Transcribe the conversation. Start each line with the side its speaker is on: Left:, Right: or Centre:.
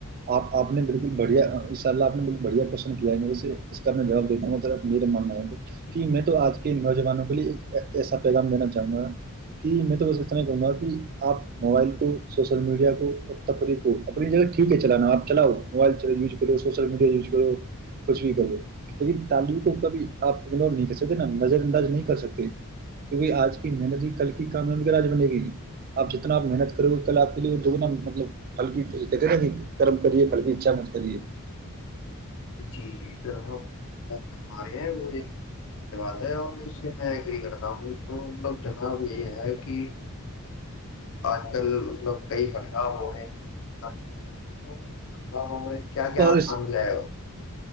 Right: آپ آپ نے بالکل ب بڑھیا ان شاء اللہ آپ نے بالکل بڑھیا کوشن کیا ہے میرے سے اس کا میں جواب دیتا ہوں میرا من میں ہے کہ میں تو آج کے نوجوانوں کے لیے ایسا پیغام دینا چاہوں گا کہ میں تو بس اتنا ہی کہوں گا کہ آپ موبائل کو سوسل میڈیا کو اور تفریح کو اپنی جگہ ٹھیک ہے چلانا آپ چلاؤ موبائل چل یوز کرو سوشل میڈیا یوز کرو کچھ بھی کرو لیکن تعلیم کو کبھی آپ اگنور نہیں کر سکتے نا نظر انداز نہیں کر سکتے کیونکہ آج کی محنت ہی کل کی کامیا م آج بنے گی آپ جتناپ محنت کرو گے کل آپ کے لیے دگ نا مطلب پھل کیی کہتے نا کہ کرم کریے پھل کی اچھا مشت کریے
Left: جی جی سر آپ جو آپ فرما رہے ہیں وہ ایک نمبر سب بات ہے اور اس سے میں ایگری کرتا ہوں تو مطلب جناب یہ ہے کہ آج کل مطلب کئی بھٹکاؤ ہو رہے ہیں تعلیم لینے میں تو ان بھٹگاؤ ہوے کیا کیا
Right: اور اس
Left: سام ل وہ